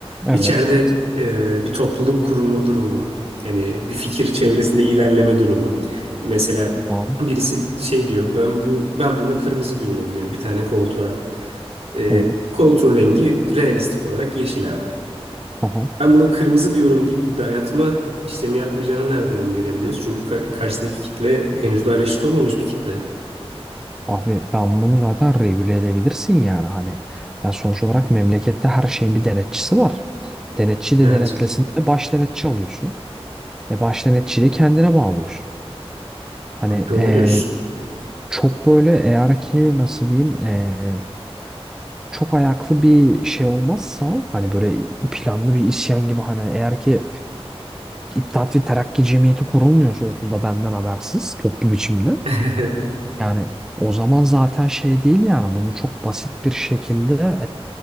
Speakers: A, in the centre; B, on the right.
A: Evet.
B: İçeride e, bir topluluk kurulma durumu, yani bir fikir çevresinde ilerleme durumu. Mesela
A: Tamam.
B: birisi şey diyor, ben bu ben buna kırmızı diyorum diyor bir tane koltuğa. Ee,
A: Evet.
B: koltuğun rengi realistik olarak yeşil abi.
A: Aha.
B: Ben buna kırmızı diyorum deyip dayatma işlemi yapmayacağını nereden öngörebiliriz? Çünkü ka- karşısındaki kitle henüz daha reşit olmamış bir kitle.
A: Abi ben bunu zaten regüle edebilirsin yani hani ya sonuç olarak memlekette her şeyin bir denetçisi var. Denetçi de
B: Evet.
A: denetlesin de baş denetçi alıyorsun. E baş denetçiyi de kendine bağlıyorsun. Hani
B: Doğru
A: e,
B: diyorsun.
A: çok böyle eğer ki nasıl diyeyim e, çok ayaklı bir şey olmazsa hani böyle planlı bir isyan gibi hani eğer ki İttihat ve Terakki Cemiyeti kurulmuyorsa okulda benden habersiz toplu biçimde
B: <laughs>
A: Yani o zaman zaten şey değil yani bunu çok basit bir şekilde